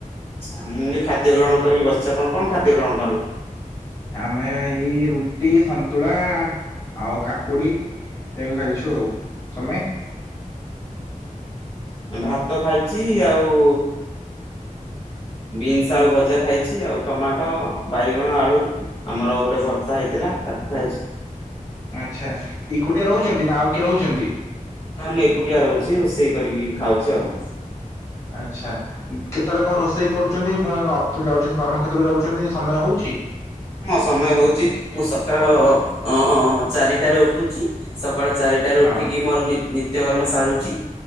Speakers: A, on the left (about 40°); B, on the left (about 20°).
A: ଆଁ ଖାଦ୍ୟ ଗ୍ରହଣ କରିବି ବସି ଆପଣ କଣ ଖାଦ୍ୟ ଗ୍ରହଣ କରିଲେ?
B: ଆମେ ଏଇ ରୁଟି, ସନ୍ତୁଳା, ଆଉ କାକୁଡି। ଏହ ଖାଇଛୁ ଆଉ ତମେ?
A: ମୁଁ ଭାତ ଖାଇଛି ଆଉ। ବିନ୍ସ ଆଳୁ ଭଜା, ଖାଇଛି ଆଉ ଟମାଟୋ, ବାଇଗଣ, ଆଳୁ। ଆମର ଗୋଟେ ଭର୍ତ୍ତା ହେଇଥିଲା ତାକୁ ଖାଇଛି।
B: ଆଚ୍ଛା ଏକୁଟିଆ ରହୁଛନ୍ତି ନା ଆଉ କିଏ ରହୁଛନ୍ତି।
A: ନା ମୁଁ ଏକୁଟିଆ ରହୁଛି ରୋଷେଇ କରିକି ଖାଉଛି ଆଉ।
B: ଆଛା କେତେବେଳେ କଣ ରୋଷେଇ କରୁଛନ୍ତି, ପୁଣି ଯାଉଛନ୍ତି କର୍ମ ଖତ୍ର ତ୍ରରେ ଯାଉଛନ୍ତି ସମୟ ହଉଛି?
A: ହଁ ସମୟ ହଉଛି ମୁଁ ସକାଳ ଅ ଚାରିଟାରେ ଉଠୁଛି ସକାଳ ଚାରିଟ ଏଠାରୁ
B: ହଁ
A: ଉଠିକି ମୋର ନିତ୍ୟକର୍ମ ସାରୁଛି